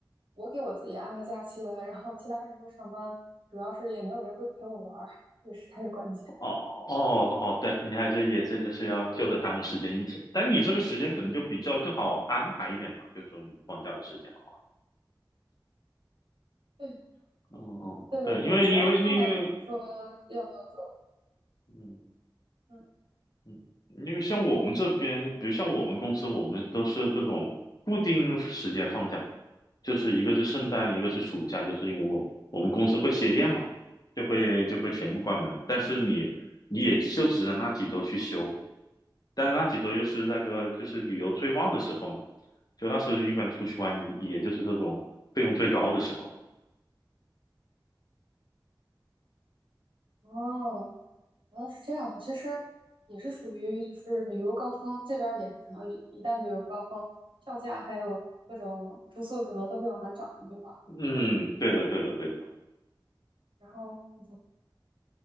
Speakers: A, on the right (about 90°); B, on the left (about 50°).
A: 我给我自己安排假期了，然后其他人都上班，主要是也没有人跟陪我玩儿，这个是才是关键。
B: 哦哦哦，对，你还就也这就是要就着他们时间一起，
A: 所以，
B: 但你这个时间可能就比较更好安排一点吧，就是说你们放假的时间的话，
A: 对
B: 嗯嗯，
A: 对对对，
B: 对，因为因为因为
A: 只要他们说要不要走，
B: 嗯
A: 嗯，
B: 嗯，因为像我们这边，比如像我们公司，我们都是这种固定时间放假，就是一个是圣诞，一个是暑假，就是因为我们我们公司会歇业嘛，就会就会全部关门，但是你你也就只能那几周去休，但是那几周就是那个就是旅游最旺的时候嘛，就那时候一般出去玩，你也就是这种费用最高的时候。
A: 哦，原来是这样，其实也是属于就是旅游高峰，这边儿也是可能一一旦旅游高峰，票价还有各种住宿什么都会往上涨，对吧？
B: 嗯，对的，对的，对的，
A: 然后你